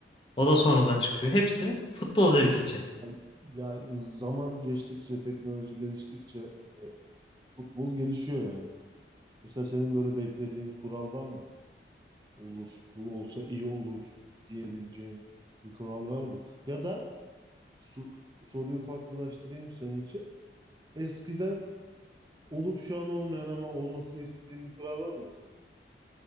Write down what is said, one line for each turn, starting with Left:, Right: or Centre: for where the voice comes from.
Left: O da sonradan çıkıyor. Hepsi futbol zevki için.
Right: Ya, ya zaman geçtikçe, teknoloji geliştikçe futbol gelişiyor yani. Mesela senin böyle beklediğin kural var mı? Olur, bu olsa iyi olur diyebileceğin bir kural var mı? Ya da su- soruyu farklılaştırayım senin için. Eskiden olup şu an olmayan ama olmasını istediğin bir kural var mı mesela?